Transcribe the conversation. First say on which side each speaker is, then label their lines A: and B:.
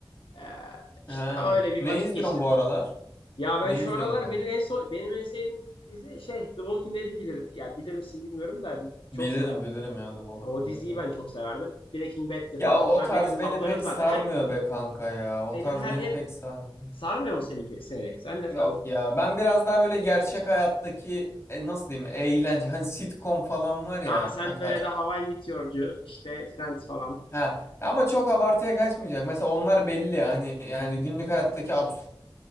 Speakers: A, on the left (about 80°); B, on the left (about 30°).
A: Eee işte
B: Ha.
A: öyle bir
B: Ne
A: vakit
B: izliyorsun
A: geçirip
B: bu aralar?
A: Ya ben
B: Ne
A: şu
B: izliyorsun
A: aralar
B: kanka?
A: beni en son benim en sevdiğim dizi şey The Walking Dead'i bilir. Ya bilir misin bilmiyorum da
B: Bilirim
A: çok severdim.
B: bilirim ya The Walking
A: O diziyi
B: Dead'i.
A: ben çok severdim. Breaking Bad'ti
B: Ya
A: falan
B: o
A: onlar
B: tarz
A: benim taplarım
B: beni pek
A: zaten.
B: sarmıyor
A: Her
B: be kanka ya. O
A: benim
B: tarz
A: her
B: beni
A: hep
B: pek sarmıyor.
A: sarmıyor mu seninki seni? Sen ne
B: Yok
A: tarzı?
B: ya. Ben biraz daha böyle gerçek hayattaki e, nasıl diyeyim eğlence. Hani sitcom falan var ya
A: Ha sen
B: o tarz.
A: böyle de Hawaii Meteor'cu işte Friends falan.
B: Ha ama çok abartıya kaçmayacak. Mesela onlar belli ya. Hani yani günlük hayattaki absürt